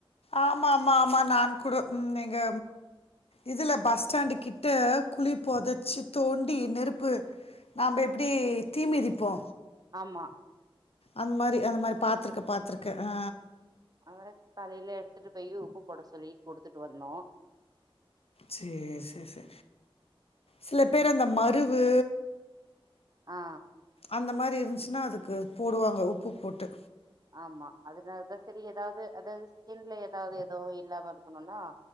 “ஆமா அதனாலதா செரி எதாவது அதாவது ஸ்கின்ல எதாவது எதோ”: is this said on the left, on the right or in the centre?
Right